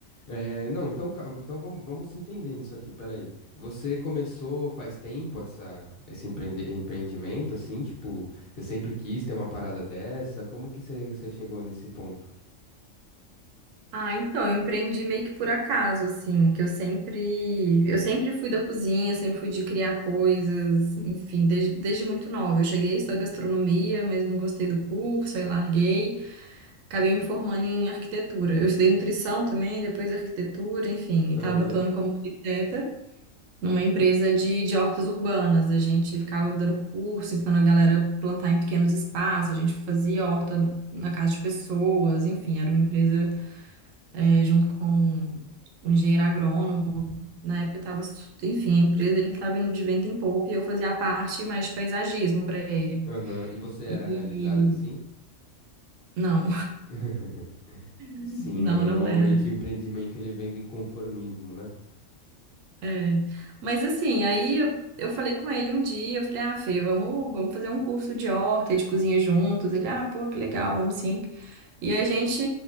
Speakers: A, on the left; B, on the right.
A: É, não, então, cal- então vamos, vamos se entender nisso aqui, peraí. Você começou faz tempo essa, esse empreende- empreendimento, assim, tipo, você sempre quis ter uma parada dessa? Como que você, você chegou nesse ponto?
B: Ah, então, eu empreendi meio que por acaso, assim, que eu sempre, eu sempre fui da cozinha, sempre fui de criar coisas, enfim, desde, desde muito nova. Eu cheguei a estudar gastronomia, mas não gostei do curso, aí larguei, acabei me formando em arquitetura. Eu estudei nutrição também, depois arquitetura, enfim, e
A: Aham,
B: estava atuando como arquiteta numa empresa de, de hortas urbanas. A gente ficava dando curso, ensinando a galera a plantar em pequenos espaços, a gente fazia horta na casa de pessoas, enfim, era uma empresa é, junto com um engenheiro agrônomo. Na época estava, enfim, a empresa ele estava indo de vento em popa e eu fazia a parte mais de paisagismo para ele.
A: aham. E você era
B: E
A: realizado assim?
B: não,
A: <laughs>
B: <laughs>
A: Sim,
B: não,
A: é, normalmente
B: não era.
A: o empreendimento ele vem do inconformismo, né?
B: É. Mas assim, aí eu, eu falei com ele um dia, eu falei, ah, Fê, vamos, vamos fazer um curso de horta, e de cozinha juntos. Ele, ah, pô, que legal, vamos sim. E a gente,